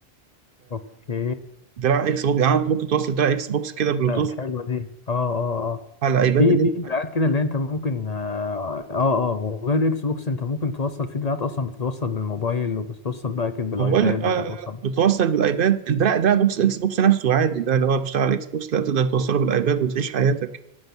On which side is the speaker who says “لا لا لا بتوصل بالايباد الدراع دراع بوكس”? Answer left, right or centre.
Right